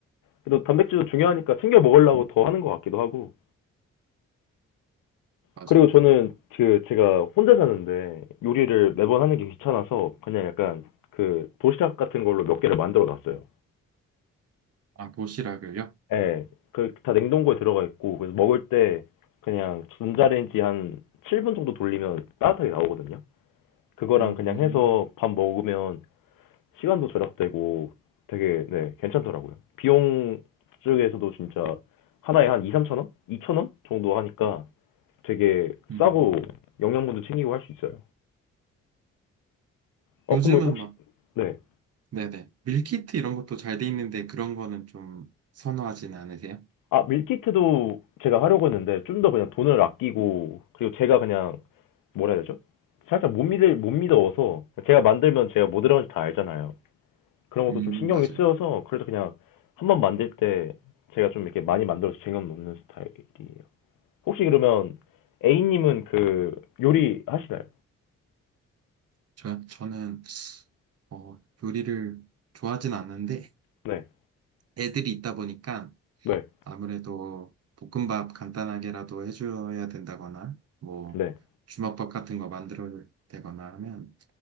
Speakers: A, on the left (about 70°); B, on the right (about 45°).
A: 그래도 단백질도 중요하니까 챙겨 먹으려고 더 하는 것 같기도 하고.
B: 맞아요.
A: 그리고 저는 그 제가 혼자 사는데 요리를 매번 하는 게 귀찮아서 그냥 약간 그 도시락 같은 걸로 몇 개를 만들어 놨어요.
B: 아, 도시락을요?
A: 예, 그 다 냉동고에 들어가 있고 그래서 먹을 때 그냥 전자레인지 한 7분 정도 돌리면 따뜻하게 나오거든요. 그거랑
B: 음,
A: 그냥 해서 밥 먹으면 시간도 절약되고 되게 네, 괜찮더라고요. 비용 쪽에서도 진짜 하나에 한 2, 3천 원? 2천 원 정도 하니까 되게
B: 음.
A: 싸고 영양분도 챙기고 할 수 있어요. 어,
B: 요즘은
A: 그럼 혹시
B: 막
A: 네.
B: 네네. 밀키트 이런 것도 잘 돼 있는데 그런 거는 좀 선호하진 않으세요?
A: 아, 밀키트도 제가 하려고 했는데 좀 더 그냥 돈을 아끼고 그리고 제가 그냥 뭐라 해야 되죠? 살짝 못 믿을 못 믿어서 제가 만들면 제가 뭐 들어가는지 다 알잖아요. 그런 것도
B: 음,
A: 좀 신경이
B: 맞아요.
A: 쓰여서 그래서 그냥 한번 만들 때 제가 좀 이렇게 많이 만들어서 쟁여 놓는 스타일이에요. 혹시 그러면 A님은 그 요리 하시나요?
B: 저, 저는, 어, 요리를 좋아하진 않는데
A: 네,
B: 애들이 있다 보니까
A: 네,
B: 아무래도 볶음밥 간단하게라도 해줘야 된다거나 뭐
A: 네,
B: 주먹밥 같은 거 만들어야 되거나 하면,